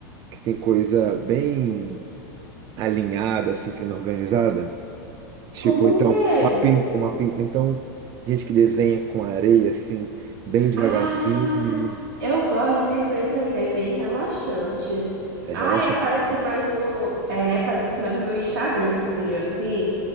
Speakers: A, on the right; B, on the right.
A: que tem coisa bem alinhada, assim, sendo organizada. Tipo,
B: Como
A: então,
B: o quê?
A: uma, pin- uma, pin- então, gente que desenha com areia, assim, bem devagarzinho.
B: Ah, eu gosto de ver também, é bem relaxante.
A: É
B: Ai,
A: relaxante.
B: aparece
A: assim.
B: mais no, é, aparece mais no meu Instagram esses vídeos assim